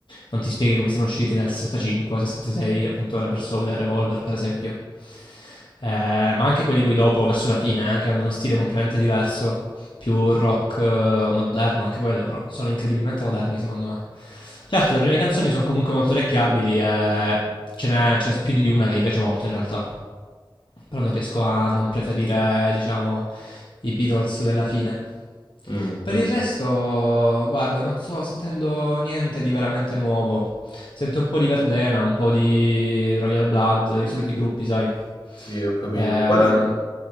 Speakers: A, on the left (about 80°); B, on the left (about 70°).
A: Non ti spieghi come siano usciti nel 65, 66, appunto, Rubber Soul e Revolver, per esempio. Eh, ma anche quelli poi dopo, verso la fine, eh, che hanno uno stile completamente diverso più rock eh, moderno, anche quello, però sono incredibilmente moderni secondo me. Certo, le prime canzoni sono comunque molto orecchiabili e ce n'è, ce n'è più di una che mi piace molto in realtà, però non riesco a non preferire, diciamo, i Beatles della fine.
B: Mm,
A: Per
B: mm.
A: il resto, guarda, non sto sentendo niente di veramente nuovo. Sento un po' di Verdena, un po' di Royal Blood, i soliti gruppi, sai.
B: Sì, ho capito.
A: Eh,
B: Guarda.